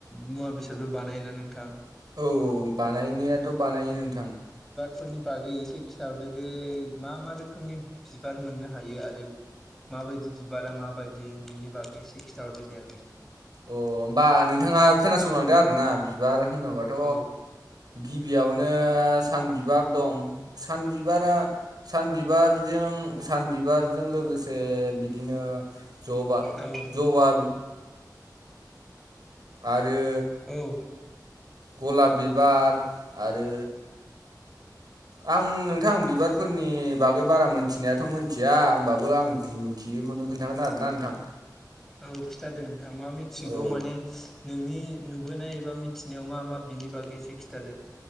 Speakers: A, in the centre; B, on the right.
A: मुवा बेसादबो बानायोना नोंथां।
B: औ औ बानायनायाथ' बानायो नोंथां।
A: फोरनि बागै एसे खिन्थाहरदो दे मा मा रोखोमनि बिबार मोननो हायो आरो माबायदि बिबारा माबायदि बिनि बागै एसे खिथाहरदो दे आंनो।
B: अ होमबा नोंथाङा खोनासंलांदों आरो ना बिबार होनोबाथ'
A: औ
B: गिबियावनो सान बिबार दं सान बिबारा सान बिबारजों उम सान बिबारजों लोगोसे बिदिनो जबा
A: औ
B: जबा बि आरो
A: औ
B: गलाब बिबार आरो आं नोंथां बिबारफोरनि बागै बारा मोनथिनायाथ' मोनथिया होमबाबो आं जि मिथियो बेखौनो खोन्थागोन आरोना नोंथां
A: औ खिथा दे नोंथां मा मिथिगौ
B: औ
A: माने नोंनि नुबोनाय एबा मिथिनायाव मा मा बिनि बागै एसे खिथादो